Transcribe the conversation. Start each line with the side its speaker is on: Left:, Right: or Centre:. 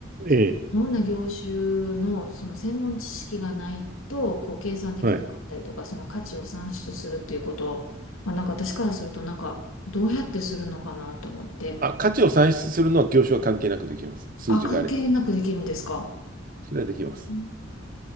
Left: その、
Right: ええ。
Left: いろんな業種の、その、専門知識がないと、こう、計算できなかったりとか、
Right: はい。
Left: その価値を算出するっていうことが、なんか私からすると、なんか、どうやってするのかなと思って、
Right: あ、価値を算出するのは業種は関係なくできます。数字があれば。
Left: あ、関係なくできるんですか。
Right: それはできます。
Left: うん